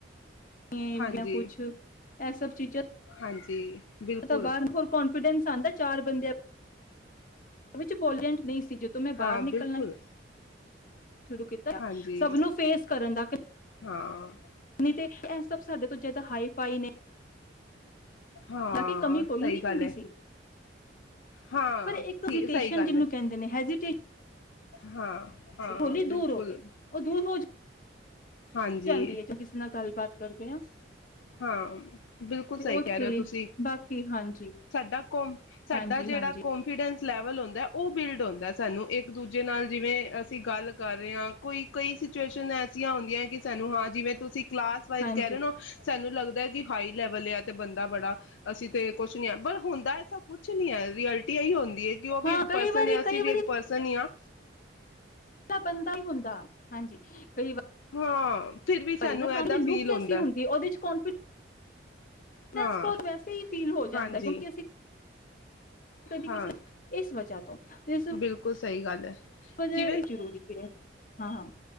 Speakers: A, on the left; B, on the left.
A: ਮ
B: ਹਾਂਜੀ
A: ਕੁਛ ਇਹ ਸਭ ਚੀਜ਼ਾਂ
B: ਹਾਂਜੀ ਬਿਲਕੁਲ
A: ਪਤਾ, ਬਾਹਰ ਹੋਰ ਕੌਣ ਸਵੀਡਨ ਸਨ ਆਂਦਾ ਚਾਰ ਬੰਦਿਆਂ ਵਿੱਚ, ਪੋਲੈਂਡ ਨਹੀਂ ਜਦੋ ਮੈਂ
B: ਹਾਂ
A: ਬਾਹਰ
B: ਬਿਲਕੁਲ
A: ਨਿਕਲਣਾ ਸ਼ੁਰੂ ਕੀਤਾ,
B: ਹਾਂਜੀ
A: ਸਭ ਨੂੰ ਫੇਸ ਕਰਨ ਦਾ
B: ਹਾਂ
A: ਤੇ ਐ ਸਬ ਸਾਡੇ ਤੋਂ ਜਿਆਦ ਹਾਈ ਫਾਈ ਨੇ
B: ਹਾਂ
A: ਕਿ ਕਮੀ ਕੋਈ
B: ਸਹੀ
A: ਨਹੀਂ
B: ਗੱਲ
A: ਹੁੰਦੀ
B: ਹੈ
A: ਸੀ
B: ਹਾਂ
A: ਪਰ ਇੱਕ
B: ਸੀ
A: ਵੇਕੇਸ਼ਨ
B: ਸਹੀ ਗੱਲ
A: ਜਿਹਨੂੰ
B: ਹੈ
A: ਕਹਿੰਦੇ ਨੇ ਹੈਜ ਇਟ ਤੇ
B: ਹਾਂ ਹਾਂ
A: ਹੋਲੀ
B: ਬਿਲਕੁਲ
A: ਦੂਰ ਹੋ ਗਈ ਉਹ ਦੂਰ ਹੋ
B: ਹਾਂਜੀ
A: ਜਾਂਦੀ ਹੈ ਜੋ ਕਿਸੇ ਨਾਲ ਗੱਲਬਾਤ ਕਰਦੇ ਹਾਂ ਤੇ
B: ਹਾਂ ਬਿਲਕੁਲ ਸਹੀ
A: ਉਹ
B: ਕਹਿ
A: ਤੇ
B: ਰਹੇ ਹੋ ਤੁਸੀਂ,
A: ਬਾਕੀ ਹਾਂਜੀ
B: ਸਾਡਾ ਕ ਸਾਡਾ
A: ਹਾਂਜੀ
B: ਜਿਹੜਾ
A: ਹਾਂਜੀ
B: ਕੋਂਫੀਡੈਂਸ ਲੈਵਲ ਹੁੰਦਾ ਉਹ ਬਿਲਡ ਹੁੰਦਾ ਸਾਨੂੰ ਇੱਕ ਇੱਕ ਦੂਜੇ ਨਾਲ ਜਿਵੇਂ ਅਸੀਂ ਗੱਲ ਕਰ ਰਹੇ ਹਾਂ ਕੋਈ ਕਈ ਸਿਚੁਏਸ਼ਨ ਐਸੀਆਂ ਹੁੰਦੀਆਂ ਕਿ ਸਾਨੂੰ ਹਾਂ ਜਿਵੇਂ ਤੁਸੀਂ ਸਿੱਖਲਾ ਕਹਿ
A: ਹਾਂਜੀ
B: ਰੇਣ ਸਾਨੂੰ ਲੱਗ ਦਾ ਜ ਹਾਈ ਲੈਵਲ ਆ ਤੇ ਬੰਦਾ ਬੜਾ ਅਸੀਂ ਤੇ ਕੁਛ ਨੀ ਹ ਪਰ ਹੁੰਦਾ ਐਸਾ ਕੁਛ ਨੀ ਹੈ ਰਐਲਟੀ ਏਹੀ ਹੁੰਦੀ ਕਿ ਉਹ ਵੀ
A: ਹਾਂ
B: ਇੱਕ
A: ਕਈ
B: ਪਰਸਨ
A: ਵਾਰੀ
B: ਹੈ ਅਸੀਂ
A: ਕਈ
B: ਵੀ ਇੱਕ ਪਰਸਨ ਹੀ ਹਾਂ
A: ਤਾਂ ਬੰਦਾ ਹੀ ਹੁੰਦਾ, ਹਾਂਜੀ ਕਈ ਵਾਰ
B: <unintelligible>
A: ਪਰ ਏ ਨਾ ਸਾਹਮ
B: ਏਦਾਂ
A: ਦੀ ਲੁੱਕ
B: ਫੀਲ ਹੁੰਦਾ
A: ਕੈਸੀ ਹੁੰਦੀ ਉਹਦੇ ਚ ਕਾਨਫੀ <unintelligible>
B: ਹਾਂ
A: ਵੈਸੇ ਹੀ ਫੀਲ ਹੋ ਜਾਂਦਾ
B: ਹਾਂਜੀ
A: ਕਿਉਂਕਿ ਅਸੀਂ ਕਦੀ
B: ਹਾਂ
A: ਕਿਸੇ ਇਸ ਵਜ੍ਹਾ ਤੋਂ ਤੇ ਇਸ
B: ਬਿਲਕੁਲ ਸਹੀ ਗੱਲ <inaudible>
A: ਇਹ
B: ਜਿਵੇਂ
A: ਜ਼ਰੂਰੀ ਹੈ ਹਾਂ